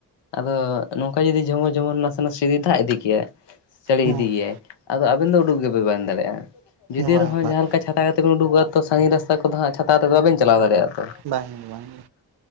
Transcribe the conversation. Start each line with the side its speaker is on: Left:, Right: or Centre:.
Left: ᱟᱫᱚ ᱱᱚᱝᱠᱟ ᱡᱩᱫᱤ ᱡᱮᱢᱚᱱ ᱡᱢᱚᱱ ᱱᱟᱥᱮ ᱱᱟᱥᱮ ᱫᱟᱜ ᱤᱫᱤ ᱠᱮᱭᱟ ᱡᱟᱹᱲᱤ
Right: ᱦᱮᱸ
Left: ᱤᱫᱤ ᱜᱮᱭᱟᱭ ᱟᱫᱚ ᱟᱵᱮᱱ ᱫᱚ ᱩᱰᱩᱠ ᱜᱮ ᱵᱟᱵᱮᱱ ᱫᱟᱲᱮᱭᱟᱜᱼᱟ ᱡᱩᱫᱤ
Right: ᱵᱟᱝ
Left: ᱨᱮᱦᱚᱸ
Right: ᱵᱟᱝ
Left: ᱡᱟᱦᱟᱸ ᱞᱮᱠᱟ ᱪᱷᱟᱛᱟ ᱠᱟᱛᱮᱵᱤᱱ ᱩᱰᱩᱠᱚᱜᱼᱟ ᱛᱚ ᱥᱟᱺᱜᱤᱧ ᱨᱟᱥᱛᱟ ᱠᱚᱫᱚ ᱦᱟᱸ ᱪᱷᱟᱛᱟ ᱠᱟᱛᱮᱫ ᱵᱟᱵᱮᱱ ᱪᱟᱞᱟᱣ ᱫᱟᱲᱮᱭᱟᱜ ᱛᱚ
Right: ᱵᱟᱝ ᱵᱟᱝ